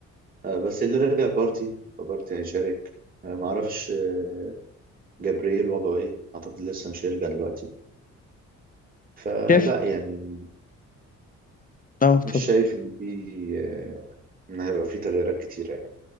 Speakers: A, on the right (about 30°); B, on the left (about 30°).
A: آه، بس اللي رجع بارتي فبارتي هيشارك آه، معرفش آه، جبريل وضعه ايه اعتقد لسه مش هيرجع دلوقتي فلا
B: شايف
A: يعني
B: اه اتفضل
A: مش شايف ان في آه، ان هيبقى في تغييرات كتيره يعني